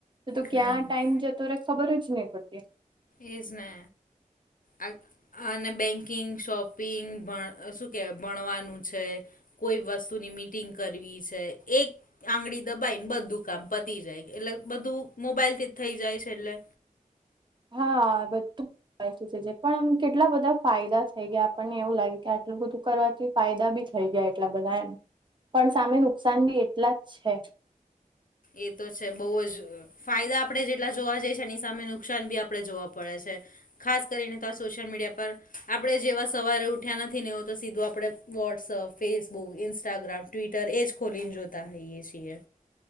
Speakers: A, on the right; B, on the left.
A: તો તો
B: હમ
A: ક્યાં ટાઈમ જ ખબર જ નહિ પડતી.
B: એ જ ને અ આ અને બેન્કિંગ શોપિંગ ભણ. શું કહેવાય ભણવાનું છે કોઈ વસ્તુની મિટિંગ કરવી છે એક. આંગળી દબાઈને બધું કામ પતી જાય એટલે બધું મોબાઈલ થી જ થઈ જાય છે એટલે.
A: હા બધું વ પણ આમ કેટલા બધા ફાયદા થઈ ગયા આપણને એવું લાગે કે આટલું બધું કરવા થી ફાયદા બી થઈ ગયા એટલા બધા એમ પણ સામે નુકસાન બી એટલા જ છે.
B: એ તો છે બહુ જ. ફાયદા આપડણે જેટલા જોવા જઈ છે એની સામે નુકસાન બી આપડણે જોવા પડે છે. ખાસ કરીને તો આ સોશિયલ મીડિયા પર આપણે જેવા સવારે ઉઠ્યા નથી ને એ તો સીધું આપડે. વોટ્સઅપ ફેસબુક ઇન્સ્ટાગ્રામ ટ્વિટર એ જ ખોલીને જોતા હોઈએ છીએ.